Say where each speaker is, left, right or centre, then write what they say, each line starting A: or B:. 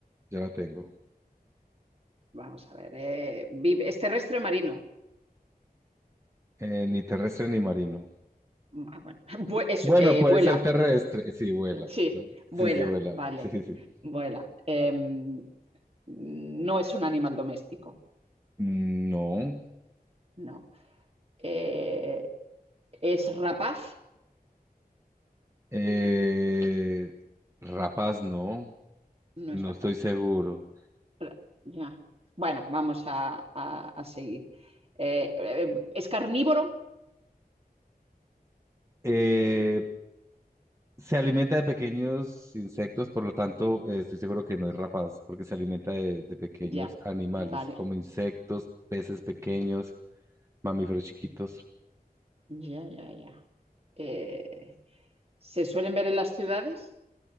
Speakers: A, on the right; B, on the right.
A: ya la tengo.
B: Vamos a ver, eh, vive- es terrestre o marino.
A: Eh, ni terrestre ni marino.
B: Ah, bueno. <laughs> Vue- es,
A: Bueno,
B: eh,
A: puede
B: vuela,
A: ser terrestre. Sí, vuela.
B: sí, vuela,
A: Sí, sí, vuela.
B: vale,
A: <laughs> Sí, sí. sí.
B: vuela. Em, no es un animal doméstico,
A: No.
B: no. Eh, ¿es rapaz?
A: Eh, rapaz, no.
B: No
A: No
B: es rapaz.
A: estoy seguro.
B: Ra- ya. Bueno, vamos a, a- a seguir. Eh, eh, ¿es carnívoro?
A: Eh, se alimenta de pequeños insectos, por lo tanto, eh, estoy seguro que no es rapaz, porque se alimenta de, de pequeños
B: Ya,
A: animales,
B: vale.
A: como insectos, peces pequeños, mamíferos chiquitos.
B: Ya, ya, ya. Eh, se suelen ver en las ciudades,